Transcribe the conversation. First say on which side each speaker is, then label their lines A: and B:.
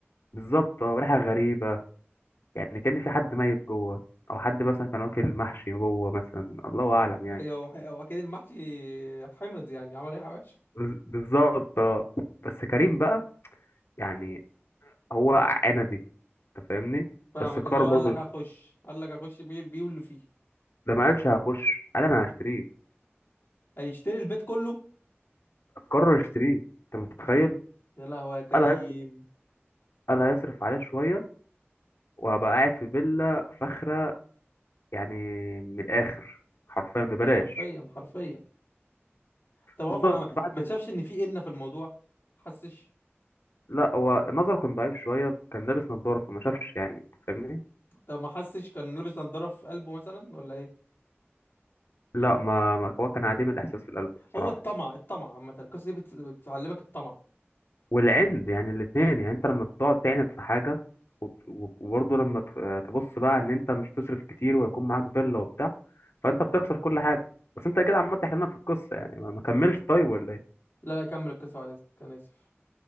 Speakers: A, on the left; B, on the left.
A: بالظبط اه وريحة غريبة يعني كأن في حد ميت جوه أو حد مثلا كان واكل محشي جوه مثلا الله أعلم يعني
B: ايوه وح- واكيد المحشي حمض يعني عمل ايه وحش
A: بز- بالظبط اه بس كريم بقى يعني هو عندي انت فاهمني
B: فاهمك
A: بس قرر
B: اللي هو
A: برضه
B: قال لك هخش قال لك هخش بيه بيه واللي فيه
A: ده ما قالش هخش قال انا هشتريه
B: هيشتري البيت كله
A: قرر اشتريه انت متخيل
B: يا لهوي يا كريم
A: قال هيصرف قال هيصرف عليه شوية وهبقى قاعد في فيلا فخرة يعني من الآخر حرفيا ببلاش
B: حرفيا حرفيا طب هو
A: بالظبط
B: ما
A: بعد
B: ما شافش ان في إنة في الموضوع ما حسش
A: لا هو نظره كان ضعيف شوية كان لابس نظارة فما شافش يعني أنت فاهمني
B: طب ما حسش كان لابس نضاره في قلبه مثلا ولا ايه
A: لا ما ما- هو كان عديم الإحساس في القلب بصراحة
B: هو الطمع الطمع عامه القصه دي بت- بتعلمك الطمع
A: والعند يعني الاتنين يعني أنت لما بتقعد تعند في حاجة وب- وب- وبرضه لما ت- تبص بقى إن أنت مش تصرف كتير ويكون معاك فيلا وبتاع فأنت بتخسر كل حاجة بس أنت كده عمال تحلنا في القصة يعني ما ما كملش طيب ولا إيه؟
B: لا لا كمل القصه على اذنك انا اسف